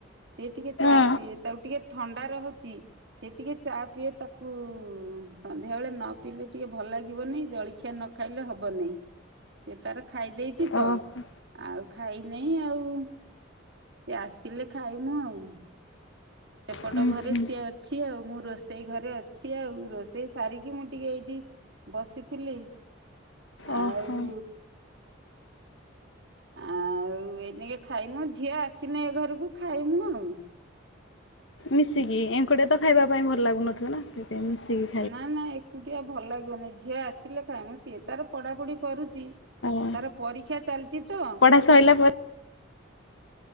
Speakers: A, on the right; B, on the left.
A: ସେି ଟିକେ
B: ହଁ
A: ଚା ପିଏ ତାକୁ ଟିକେ ଥଣ୍ଡା ରହୁଛି। ସେ ଟିକେ ଚା ପିଏ ତାକୁ ସନ୍ଧ୍ୟାବେଳେ ନ ପିଇଲେ ଟିକେ ଭଲ ଲାଗିବନି ଜଳଖିଆ ନ ଖାଇଲେ ହବନାଇଁ। ସେ ତାର ଖାଇ ଦେଇେଛି ତ
B: ଓହୋ
A: ଆଉ ଖାଇନାଇ ଆଉ। ସିଏ ଆସିଲେ ଖାଇମୁ ଆଉ ସେପଟ
B: ହୁଁ
A: ଘରେ
B: ହୁଁ
A: ସିଏ ଅଛି ଆଉ। ମୁଁ ରୋଷେଇ ଘରେ ଅଛି ଆଉ ରୋଷେଇ ସାରିକି ମୁଁ ଟିକେ ଏଇଠି ବସିଥିଲି ଆଉ
B: ଓହୋ
A: ଆଉ ଏଇନେକେ ଖାଇନୁ ଝିଅ ଆସିନେ ଏ ଘରକୁ ଖାଇମୁ ଆଉ।
B: ମିଶିକି ଏଙ୍କୁଟିଆ ତ ଖାଇବା ପାଇଁ ଭଲ ଲାଗୁନଥିବ ନାଁ। ଯେମିତି କି।
A: ନାଁ ନା ଏକୁଟିଆ ଭଲ ଲାଗିବନି ଝିଅ ଆସିଲେ ଖାଇମୁ। ସିଏ ତାର ପଢ଼ାପଢ଼ି କରୁଚି।
B: ଆଜ୍ଞା
A: ତାର ପରୀକ୍ଷା ଚାଲିଚି ତ ହଁ।
B: ପଢ଼ା ସଇଲା ପରେ